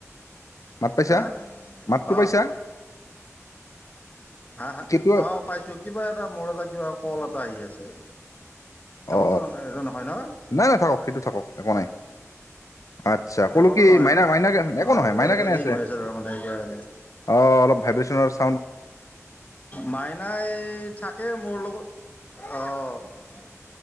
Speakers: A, on the left; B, on the left.
A: মাত পাইছা,
B: হা
A: মাতটো পাইছা।
B: অঁ হা হা,
A: কেতিয়া
B: অ পাইছো কিবা এটা। মোৰ এটা কিবা, কল এটা আহি আছে। একোতো
A: অ
B: এইটো নহয় ন
A: নাই নাই থাকক, সেইটো থাকক একো নাই। আচ্ছা, কলো
B: একোতো
A: কি
B: নহয়
A: মাইনা
B: ন
A: মাইনা কে একো
B: অঁ
A: নহয়,
B: এইটো
A: মাইনা
B: এইটো
A: কেনে
B: ৰিং
A: আছে
B: হৈ তাৰমানে সেইকাৰণে
A: অ অলপ ভাবিছিল। <unintelligible>
B: মাইনাই, থাকেই মোৰ লগত অঁ